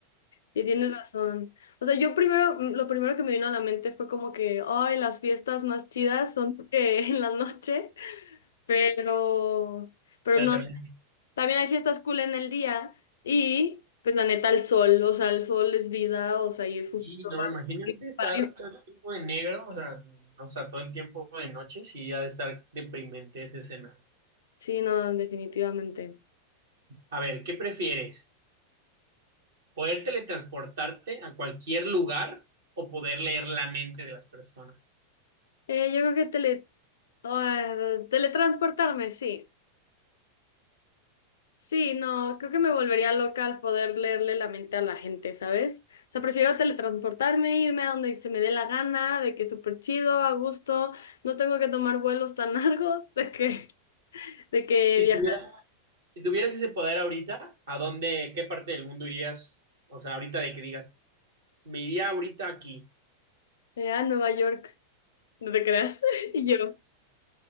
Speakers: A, on the left; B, on the right.
A: y tienes razón. O sea, yo primero, mm, lo primero que me vino a la mente fue como que, ay, las fiestas más chidas son eh, <laughs> en la noche, pero... Pero
B: Pero
A: no,
B: también,
A: También hay fiestas cool en el día y pues la neta el sol, o sea, el sol es vida, o sea, y es justo
B: sí, no, imagínate
A: necesario.
B: estar todo el tiempo de negro, o sea, o sea, todo el tiempo de noche, sí, ha de estar deprimente ese escenario.
A: Sí, no, definitivamente.
B: A ver, ¿qué prefieres? ¿Poder teletransportarte a cualquier lugar o poder leer la mente de las personas?
A: Eh, yo creo que tele... ah, teletransportarme, sí. Sí, no, creo que me volvería loca al poder leerle la mente a la gente, ¿sabes? O sea, prefiero teletransportarme, irme a donde se me dé la gana, de que súper chido, a gusto, no tengo que tomar vuelos tan <laughs> largos, de que, de que
B: Si
A: viajar
B: tuviera, Si tuvieras ese poder ahorita, ¿a dónde, qué parte del mundo irías? O sea, ahorita de que digas, me iría ahorita aquí.
A: eh, a Nueva York, no te creas, <laughs> y yo.